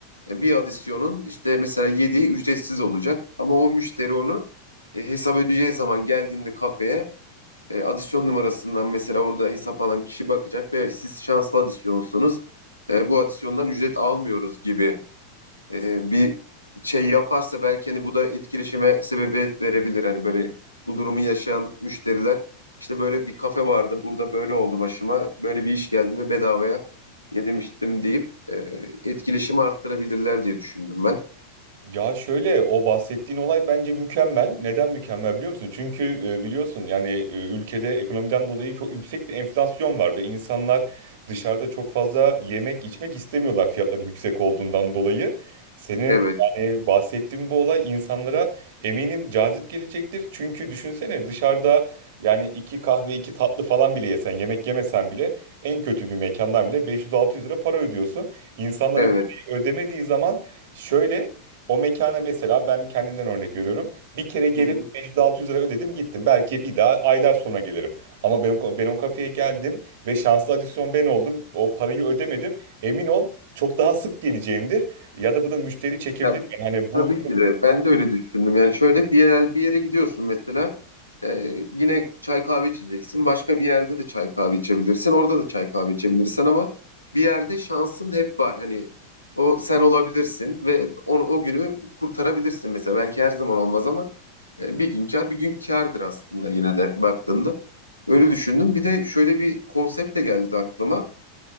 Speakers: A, on the left (about 85°); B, on the right (about 55°).
A: e, bir adisyonun işte mesela yediği ücretsiz olacak. Ama o müşteri onu e, hesap ödeyeceği zaman geldiğinde kafeye e, adisyon numarasından mesela orada hesap alan kişi bakacak ve siz şanslı adisyonsunuz. E, bu adisyondan ücret almıyoruz gibi eee, bir şey yaparsa belki hani bu da etkileşime sebebiyet verebilir. Hani böyle bu durumu yaşayan müşteriler işte böyle bir kafe vardı burada böyle oldu başıma böyle bir iş geldi ve bedavaya yedirmiştim deyip eee, etkileşimi arttırabilirler diye düşündüm ben.
B: Ya şöyle o bahsettiğin olay bence mükemmel. Neden mükemmel biliyor musun? Çünkü e, biliyorsun yani e, ülkede ekonomiden dolayı çok yüksek bir enflasyon var ve insanlar dışarıda çok fazla yemek içmek istemiyorlar fiyatların yüksek olduğundan dolayı. Senin
A: Evet,
B: yani bahsettiğin bu olay insanlara eminim cazip gelecektir. Çünkü düşünsene dışarıda yani iki kahve iki tatlı falan bile yesen yemek yemesen bile en kötü bir mekandan bile 500-600 lira para ödüyorsun. İnsanlar
A: evet.
B: bu parayı ödemediği zaman şöyle o mekana mesela ben kendimden örnek veriyorum. Bir kere gelip
A: Hı hı.
B: 500-600 lira ödedim gittim. Belki bir daha aylar sonra gelirim. Ama ben, o- ben o kafeye geldim ve şanslı adisyon ben oldum. O parayı ödemedim. Emin ol çok daha sık geleceğimdir. Ya da bu da müşteri çekebilir.
A: Ya
B: Yani hani bu
A: Tabii ki de. Ben de öyle düşündüm. Yani şöyle bir yere, bir yere gidiyorsun mesela. e, yine çay kahve içeceksin. Başka bir yerde de çay kahve içebilirsin. Orada da çay kahve içebilirsin ama bir yerde şansın hep var. Hani o sen olabilirsin ve onu o günü kurtarabilirsin mesela. Belki her zaman olmaz ama e, bir gün kar bir gün kârdır aslında yine de baktığında. Öyle düşündüm. Bir de şöyle bir konsept de geldi aklıma.